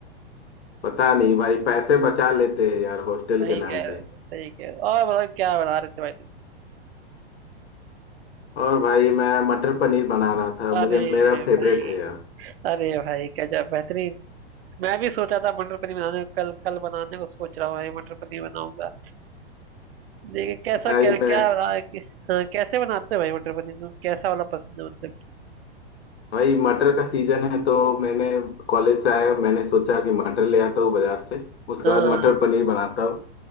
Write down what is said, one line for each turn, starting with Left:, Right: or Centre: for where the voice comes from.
Left: पता नहीं भाई पैसे बचा लेते हैं यार हॉस्टल
Right: सही
Left: के नाम
Right: कह
Left: पे
Right: रहे हो, सही कह रहे हो। और बताओ क्या बना रहे थे भाई तुम
Left: और भाई मैं मटर पनीर बना रहा था
Right: अरे
Left: मुझे मेरा फेवरेट
Right: भाई
Left: है यार
Right: अरे भाई गजब बेहतरीन मैं भी सोचा था मटर पनीर बनाने को, कल कल बनाने को सोच रहा हूँ भाई, मटर पनीर बनाऊंगा देखिए कैसा
Left: भाई
Right: क्या और
Left: मैं
Right: क्या रहा है कि- हाँ, कैसे बनाते हो भाई मटर पनीर तुम कैसा वाला पसंद है मतलब कि
Left: भाई मटर का सीजन है तो मैंने कॉलेज से आया मैंने सोचा कि मटर ले आता हूँ बाजार से उसके
Right: हाँ
Left: बाद मटर पनीर बनाता हूँ